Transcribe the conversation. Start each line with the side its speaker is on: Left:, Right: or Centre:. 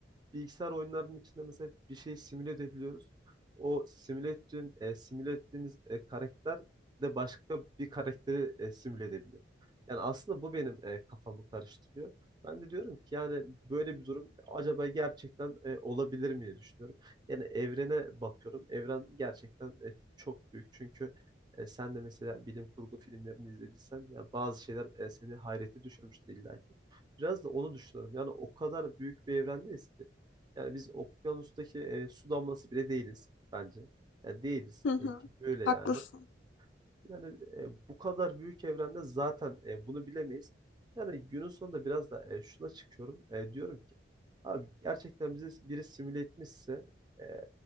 Right: bilgisayar oyunlarının içinde mesela bir şey simüle edebiliyoruz. O simüle ettiğim, e, simüle ettiğimiz e, karakter de başka bir karakteri e, simüle edebiliyor. Yani aslında bu benim e, kafamı karıştırıyor. Ben de diyorum ki yani böyle bir durum acaba gerçekten e, olabilir mi diye düşünüyorum. Yani evrene bakıyorum. Evren gerçekten e, çok büyük. Çünkü e, sen de mesela bilim kurgu filmlerini izlediysen ya bazı şeyler e, seni hayrete düşürmüştü illa ki. Biraz da onu düşünüyorum. Yani o kadar büyük bir evrendeyiz ki. Yani biz okyanustaki e, su damlası bile değiliz bence. Yani değiliz
Left: Hı
Right: e,
Left: hı.
Right: ki böyle
Left: Haklısın.
Right: yani. Yani e, bu kadar büyük evrende zaten e, bunu bilemeyiz. Yani günün sonunda biraz da e, şuna çıkıyorum. E, diyorum ki abi gerçekten bizi biri simüle etmişse e,